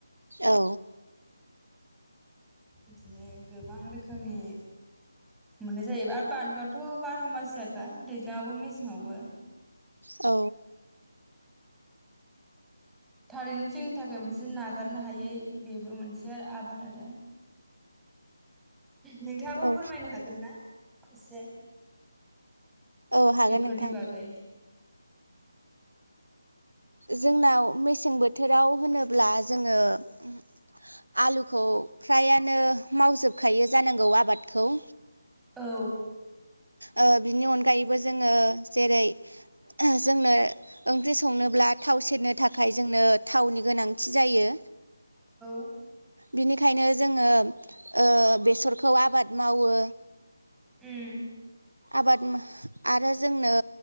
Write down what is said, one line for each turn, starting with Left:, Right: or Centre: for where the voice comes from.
Right: औ।
Centre: इदिनो गोबां रोखोमनि मोननाय जायो आरो बानलुआथ' बार' मासियाखा दैज्लाङावबो मेसेंआवबो
Right: औ।
Centre: थारैनो जोंनि थाखोय मोनसे नागारनो हायै बेबो मोनसे आरो आबाद आरो नोंथाङाबो
Right: औ
Centre: फोरमायनो हागोन ना? इसे
Right: औ हागोन
Centre: बेफोरनि
Right: नोंथां
Centre: बागै
Right: जोंनाव मेसें बोथोराव होनोब्ला जोङो उम आलुखौ फ्रायानो मावजोबखायो जानांगौ आबादखौ
Centre: औ
Right: ओ बिनि अन गायैबो जोङो जेरै जोंनो ओंख्रि संनोब्ला थाव सेरनो थाखाय जोंनो थावनि गोनांथि जायो।
Centre: <inaudible>
Right: बिनिखायनो जोङो ओ बेसरखौ आबाद मावो।
Centre: उम
Right: आबाद मा आरो जोंनो